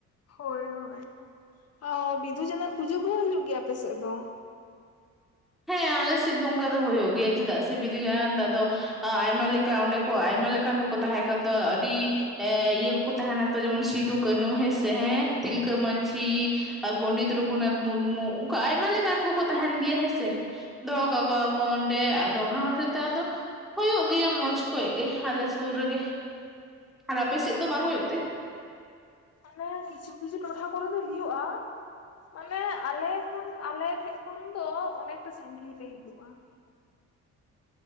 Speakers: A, on the left (about 55°); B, in the centre.
A: ᱦᱳᱭ ᱦᱳᱭ, ᱟᱣ ᱵᱤᱫᱩ ᱪᱟᱸᱫᱟᱱ ᱯᱩᱡᱟᱹ ᱠᱚᱦᱚᱸ ᱦᱩᱭᱩᱜ ᱜᱮᱭᱟ ᱟᱯᱮ ᱥᱮᱜ ᱫᱚ?
B: ᱦᱮᱸ ᱟᱞᱮ ᱥᱮᱫ ᱫᱚ ᱚᱱᱠᱟ ᱫᱚ ᱦᱩᱭᱳᱜ ᱜᱮᱭᱟ ᱪᱮᱫᱟᱜ ᱥᱮ ᱵᱤᱫᱩ ᱡᱟᱸᱫᱟᱱ ᱫᱟ ᱫᱚ ᱟᱫᱚ ᱟᱭᱢᱟ ᱞᱮᱠᱟ ᱚᱸᱰᱮ ᱠᱚ ᱟᱭᱢᱟ ᱞᱮᱠᱟᱱ ᱠᱚᱠᱚ ᱛᱟᱦᱮᱸ ᱠᱟᱫᱚ ᱟᱹᱰᱤ ᱮ ᱤᱭᱟᱹ ᱠᱚᱠᱚ ᱛᱟᱦᱮᱱᱟ ᱛᱚ ᱡᱮᱢᱚᱱ ᱥᱤᱫᱩ ᱠᱟᱹᱱᱩ ᱦᱮᱸᱥᱮ ᱦᱮᱸ, ᱛᱤᱞᱠᱟᱹ ᱢᱟᱺᱡᱷᱤ ᱾ ᱟ ᱯᱚᱱᱰᱤᱛ ᱨᱩᱜᱷᱩᱱᱟᱛᱷ ᱢᱩᱨᱢᱩ ᱚᱝᱠᱟ ᱟᱭᱢᱟ ᱞᱮᱠᱟᱱ ᱠᱚᱠᱚ ᱛᱟᱦᱮᱱ ᱜᱮᱭᱟ ᱦᱮᱸᱼᱥ ᱥᱮᱦ, ᱫᱚᱦᱚ ᱠᱟᱠᱚᱣᱟᱠᱚ ᱚᱸᱰᱮ ᱟᱫᱚ ᱚᱱᱟ ᱦᱚᱛᱮ ᱛᱮ ᱟᱫᱚ ᱦᱳᱭᱳᱜ ᱜᱮᱭᱟ ᱢᱚᱸᱡᱽ ᱠᱷᱚᱡ ᱜᱮ ᱟᱞᱮ ᱥᱳᱨ ᱨᱮᱜᱮ ᱟᱨ ᱟᱯᱮ ᱥᱮᱫ
A: ᱚ
B: ᱫᱚ
A: ᱚ
B: ᱵᱟᱝ ᱦᱳᱭᱳᱜ ᱛᱮ?
A: ᱢᱟᱱᱮ ᱠᱤᱪᱷᱩ ᱠᱤᱪᱷᱩ ᱴᱚᱴᱷᱟ ᱠᱚᱨᱮ ᱫᱚ ᱦᱩᱭᱩᱜᱼᱟ ᱾ ᱢᱟᱱᱮ ᱟᱞᱮ ᱠᱷᱚᱱ ᱟᱞᱮ ᱴᱷᱮᱜ ᱠᱷᱚᱱ ᱫᱚ ᱚᱱᱮᱠᱴᱟ ᱥᱟᱺᱜᱤᱧ ᱨᱮ ᱦᱤᱡᱩᱜᱼᱟ ᱾